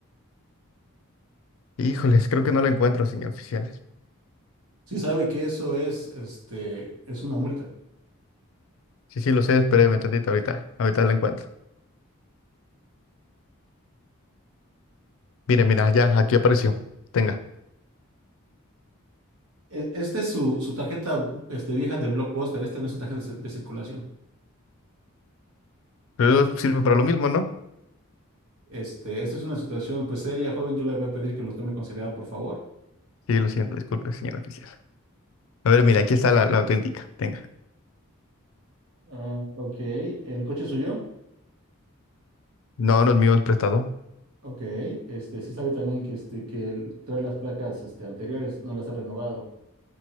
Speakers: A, on the left (about 65°); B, on the right (about 85°).
A: Híjoles, creo que no la encuentro, señor oficial.
B: Si sabe que eso es, este, es una multa.
A: Sí, sí, lo sé, espéreme tantito ahorita. Ahorita la encuentro. Mire, mira, ya, aquí apareció. Tenga.
B: E- Esta es su, su tarjeta, este, vieja del Blockbuster. Esta no es su tarjeta de, cir- de circulación.
A: Pero sirve para lo mismo, ¿no?
B: Este, esta es una situación, pues, seria, joven. Yo le voy a pedir que lo tome con seriedad, por favor.
A: Sí, lo siento, disculpe, señor oficial. A ver, mira, aquí está la, la auténtica. Tenga.
B: Ah, ok. ¿El coche es suyo?
A: No nos mismos prestado.
B: Ok. Este, sí sabe también que, este, que él trae las placas, este, anteriores, no las ha renovado.